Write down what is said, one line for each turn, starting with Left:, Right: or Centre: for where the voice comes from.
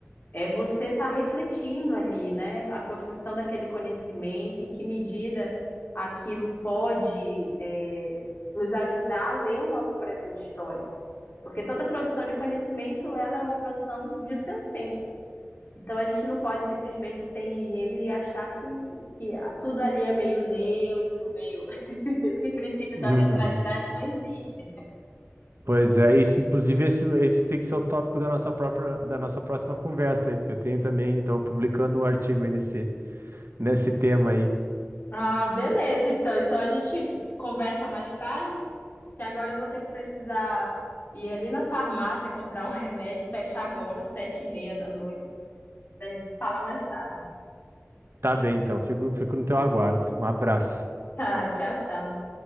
Left: é você estar refletindo ali, né, a construção daquele conhecimento, em que medida aquilo pode, é, nos ajudar a ler o nosso presente histórico. Porque toda produção de conhecimento, ela é uma produção de seu tempo. Então a gente não pode simplesmente ser ingênuo e achar que, que tudo ali é meio neutro, meio. <laughs> Esse princípio
Right: Uhum.
Left: da neutralidade não existe.
Right: Pois é, isso. Inclusive, esse, esse tem que ser o tópico da nossa própria, da nossa próxima conversa aí, porque eu tenho também, eu estava publicando um artigo aí nesse, nesse tema aí.
Left: Ah, beleza, então. Então a gente conversa mais tarde, que agora eu vou ter que precisar ir ali na farmácia comprar um remédio, fecha agora, sete e meia da noite. A gente se fala mais tarde.
Right: Tá bem, então. Fico, fico no teu aguardo. Um abraço.
Left: Tá, tchau, tchau.